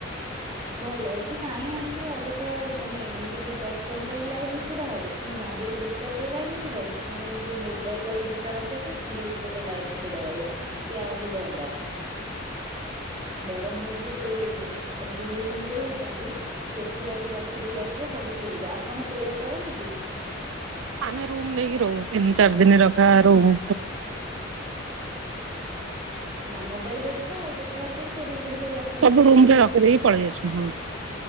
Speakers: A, on the right; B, on the right.
A: ଭଲ ଏଠି କାହିଁ ଆଣିକି ଅଯଥା ମାନେ ଏମିତି ବି ଦର୍ଶନ ପାଇଁ ଲାଇନରେ ଛିଡା ହେବେ। ପୁଣି ମନ୍ଦିର ଭିତରେ ଲାଇନେ ଛିଡାହେବେ, ପୁଣି ଯୋଉ ମୋବାଇଲ ଆଉ ଜୋତା ରଖିବା ପାଇଁ ସିଏ ବି ଗୋଟେ ଗୋଟେ ଲାଇନରେ ଛିଡା ହେବେ, ସିଏ ଆହୁରି ଧନ୍ଦା ବରଂ ହଉ ସେ ଆପଣ ଯୋଉ ରୁମରେ ରହିଛନ୍ତି ସେଠି ଆହୁରି ରଖିଦେଇ ଆସିବେ ସବୁ ସୁବିଧା ଆପଣ ସେଇଆ କରନ୍ତି ଟି।
B: ଆମେ ରୁମ ନେଇକି ରହୁ, ତିନି ଚାରି ଦିନ ରଖା ରୋହୁ।
A: ହଁ ମୋବାଇଲହେରିକା ଆଉ ଜୋତା ହରିକା ବି ସେ ରୁମ ରେ ସବୁ ରଖ
B: ସବୁ ରୁମ ରେ ରଖିଦେଇକି ପଳେଇ ଆସୁ ହଁ।